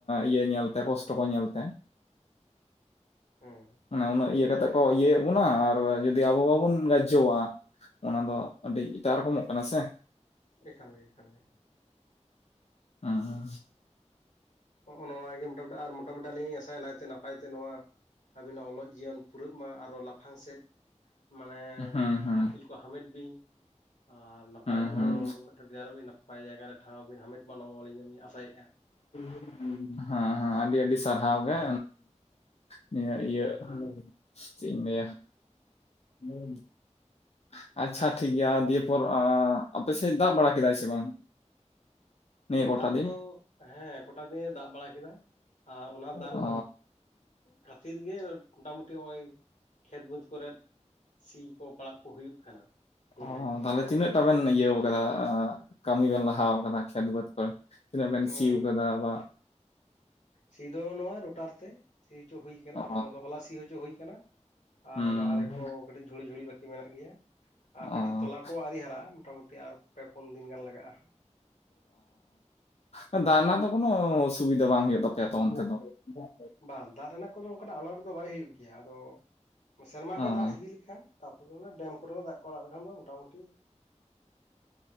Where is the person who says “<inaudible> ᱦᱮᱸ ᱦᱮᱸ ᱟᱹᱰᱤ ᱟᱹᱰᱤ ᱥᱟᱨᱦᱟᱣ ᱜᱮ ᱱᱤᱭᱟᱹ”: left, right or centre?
Left